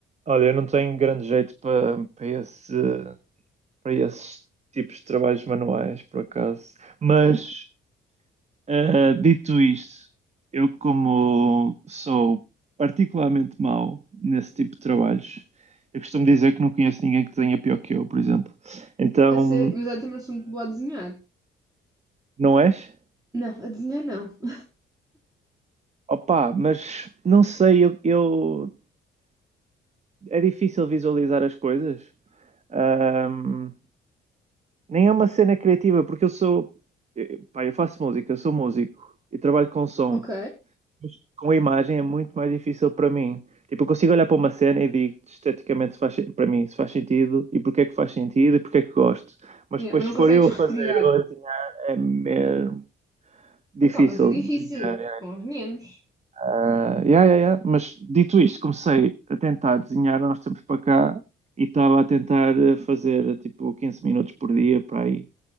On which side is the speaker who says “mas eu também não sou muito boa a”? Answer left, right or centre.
Right